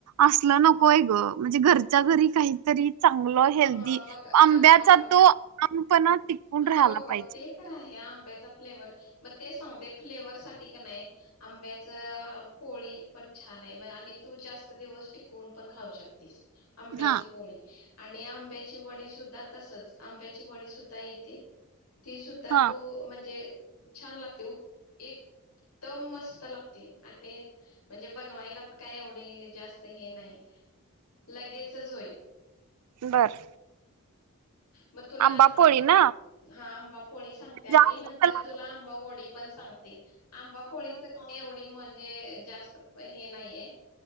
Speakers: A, on the right (about 80°); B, on the left (about 90°).
A: असल नको आहे ग म्हणजे घरच्या घरी काही. तरी चांगल
B: हा
A: हेल्दी
B: मग
A: आंब्याचा
B: अग बघ
A: तो ठामपणा
B: हो,
A: टिकून राहायला
B: हो
A: पाहिजे.
B: ते तर आहे. आंब्याचा फ्लेवर मग ते सांगते फ्लेवर साठी का नाही आंब्याच पोळी पण छान आहे, म आणि तू जास्त दिवस टिकवून पण खाऊ शकतीस. आंब्याची
A: हा.
B: पोळी. आणि आंब्याची वडी, सुद्धा तसच आंब्याची वडी सु येते. ती सुद्धा
A: हा
B: तु म्हणजे. छान लागते, एकदम मस्त लागते, आणि म्हणजे बनवायला पण काय एवढे जास्त हे नाही. लगेचच होईल
A: बर
B: म तुला
A: आंबा
B: आधी हे
A: पोळी
B: हा
A: ना
B: आंबा पोळी सांगते आधी
A: जास्त
B: नंतर
A: त्याला
B: तुला आंबावडी पण सांगते, आंबा पोळी खाऊन घे एवढी मग- हे जास्त प हे नाहीये.